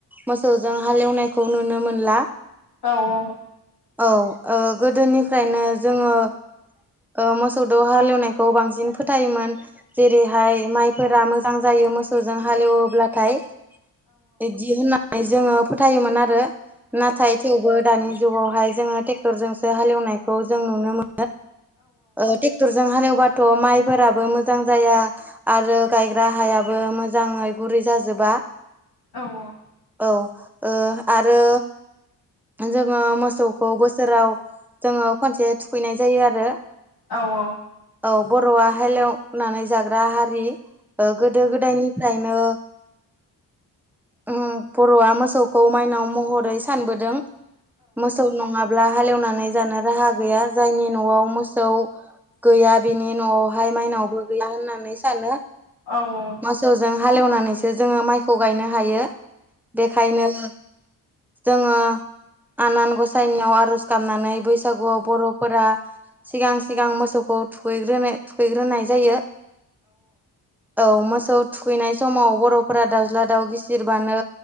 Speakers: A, in the centre; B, on the left.
A: मोसौजों हालेवनायखौ नुनो मोनला।
B: औ औ।
A: औ ओ गोदोनिफ्रायनो जोङो ओ मोसौदो हाल एवनायखौ बांसिन फोथायोमोन। जेरैहाय माइफोरा मोजां जायो मोसौजों हालेवोब्लाथाय बिदि होननानै जोङो फोथायोमोन आरो नाथाय थेवबो दानि जुगावहाय जोङो ट्रेक्टरजोंसो हालेवनायखौ जों नुनो मो ओ टेक्टरजों हालेवबाथ' माइफोराबो मोजां जाया। आरो गायग्रा हायाबो मोजाङै गुरै जाजोबा।
B: औ औ।
A: औ ओ आरो जोङो मोसौखौ बोसोराव जोङो खनसे थुखैनाय जायो आरो
B: औ औ।
A: औ बर'आ हालेवनानै जाग्रा हारि ओ गोदो गोदायनिफ्रायनो ओ बर'आ मोसौखौ माइनाव महरै सानबोदों। मोसौ नङाब्ला हालेवनानै जानो राहा गैया जायनि न'आव मोसौ गैया बिनि न'आवहाय माइनावबो गैया होननानै सानो।
B: औ औ
A: मोसौजों हालेवनानैसो जोङो माइखौ गायनो हायो बेखायनो जोङो आनान गसाइनियाव आर'ज गाबनानै बैसागुआव बर'फोरा सिगां सिगां मोसौखौ थुैग्रोनो थुहैग्रोनाय जायो। औ मोसौ थुखैनाय समाव बर'फोरा दाउज्ला दाउ गिसिरबानो